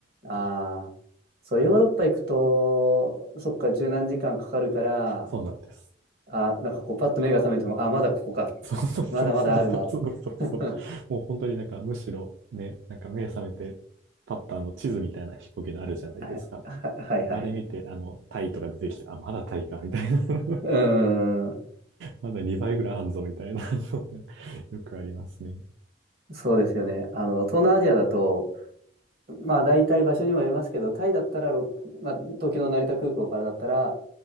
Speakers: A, on the right; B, on the right.
A: ああ、そう、ヨーロッパ行くと、そっか、十何時間かかるから、
B: そうなんです。
A: あ、なんかこう、パッと目が覚めても、あ、まだここか。
B: そうそうそうそうそうそうそう。
A: まだまだあるな。<laughs>
B: もう本当になんかむしろね、なんか目覚めてパッターの地図みたいな飛行機のあるじゃないですか。
A: あは、はいはい。
B: あれ見て、あの、タイとか出てきて、あ、まだタイか、みたいな。<laughs>
A: うーん。
B: まだ2倍ぐらいあんぞ、みたいなのが <laughs> よくありますね。
A: そうですよね。あの、東南アジアだと、まあ大体場所にもよりますけど、タイだったら6、ろくまあ、東京の成田空港からだったら、